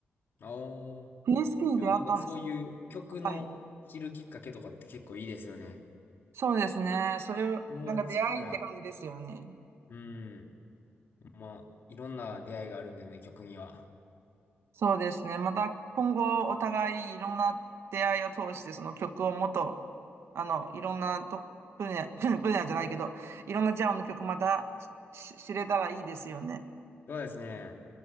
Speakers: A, on the left; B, on the right.
A: ああ。
B: PSP
A: いや、
B: であったんですよ。
A: なんかそういう曲の知るきっかけとかって結構いいですよね。
B: はい。そうですね。それを、
A: 友達から。
B: なんか出会いって感じですよね。
A: うん。まあ、いろんな出会いがあるんでね、曲には。
B: そうですね。また今後お互いいろんな出会いを通してその曲をもっと、あの、いろんなと分野、<laughs> 分野じゃないけど、いろんなジャンルの曲またしし知れたらいいですよね。
A: そうですね。